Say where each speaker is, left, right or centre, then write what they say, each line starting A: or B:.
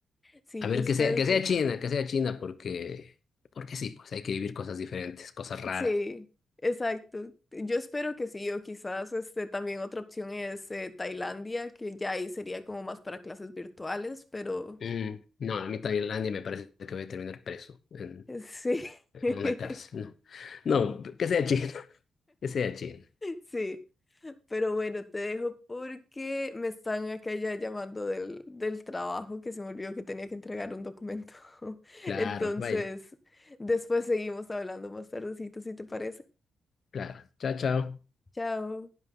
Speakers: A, on the left (about 15°); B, on the left (about 50°).
A: sí,
B: A ver,
A: yo espero
B: que sea, que
A: que...
B: sea China, que sea China, porque, porque sí, pues hay que vivir cosas diferentes, cosas raras.
A: Sí, exacto. Yo espero que sí, o quizás este también otra opción es eh, Tailandia, que ya ahí sería como más para clases virtuales, pero
B: Mm, no, a mí Tailandia me parece que voy a terminar preso. En-
A: eh, sí. <laughs>
B: Una cárcel, no. No, que sea China, <laughs> que sea China.
A: Sí, pero bueno, te dejo porque me están acá ya llamando del, del trabajo que se me olvidó que tenía que entregar un documento. <laughs>
B: Claro,
A: Entonces,
B: vaya,
A: después seguimos hablando más tardecito, si te parece.
B: claro. Chao, chao.
A: Chao.